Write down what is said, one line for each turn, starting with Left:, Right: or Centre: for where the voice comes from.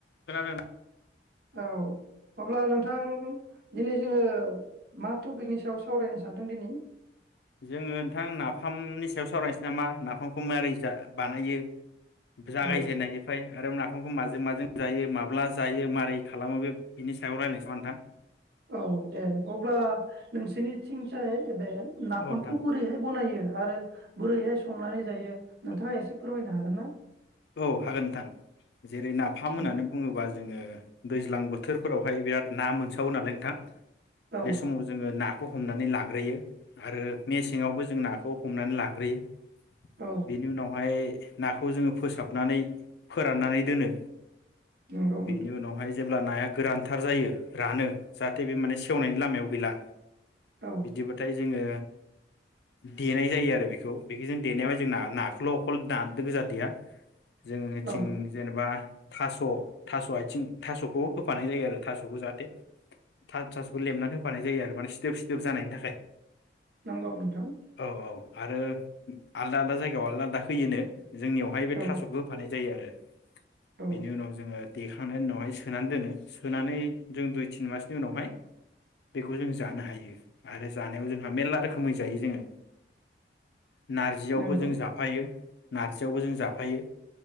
Left: खोनादों न?
Right: औ अब्ला नोंथां दिनै जोङो मा टपिकनि सायाव सावरायनो सानदों दिनै?
Left: जोङो नोंथां नाफामनि सायाव सावरायनोसै नामा नाफामखौ मारै जा बानायो। जागाय
Right: औ
Left: जेननायनिफ्राय आरो ना फामखौ माजों माजों जायो माब्ला जायो मारै खालामो बे बिनि सायाव रायज्लायसै नामा नोंथां।
Right: औ दे अब्ला नोंसिनिथिं <unintelligible> एबे नाफामखौ
Left: औ नोंथां
Right: बोरैहाय बनायो? आरो बोरैहाय संनानै जायो नोंथाङा एसे फोरमायनो हागोन ना?
Left: औ हागोन नोंथां। जेरै नाफाम होननानै
Right: औ
Left: बुङोब्ला जोङो दैज्लां बोथोरफोरावहाय बिराद ना मोनसावो नालाय नोंथां।
Right: औ
Left: बे समाव जोङो ना खौ हमनानै लाग्रोयो। आरो मेसेङावबो जों नाखौ हमनानै लाग्रोयो।
Right: औ
Left: बेनि उनावहाय नाखौ जोङो फोसा फोसाबनानै फोराननानै दोनो।
Right: नंगौ
Left: बेनि उनावहाय जे अब्ला नाया गोरानथार जायो रानो जाहाथे बे माने सेवनायनि लामायाव गैला।
Right: नोंथां
Left: बिदिबाथाय
Right: औ
Left: जोङो देनाय जायो आरो बेखौ बेखौजों देनायाव जोंना नाखौल अखल दा गोजा देया। जोंनिथिं
Right: औ
Left: जेनेबा थास'थास' आयथिं थासखौ होफानाय जायो आरो थास'खौ जाहाथे थासखौ लेमनानै होफानाय जायो आरो माने सिदोब सिदोब जानायनि थाखाय।
Right: नंगौ नोंथां।
Left: औ आरो आलदा आलदा जायगायाव आलदा आलदा होयोनो जोंनियावहाय बे
Right: औ
Left: थास' जायो आरो।
Right: औ
Left: बिनि उनाव जोङो देखांनायनि उनावहाय सोनानै दोनो सोनानै जों दुइ तिन मासनि उनावहाय बेखौ जों जानो हायो आरो जानायाव जोंहा मेर्ला रोखोमै जायो जोङो। नारजियावबो
Right: नंगौ
Left: जों जाफायो। नारजियावबो जों जाफायो।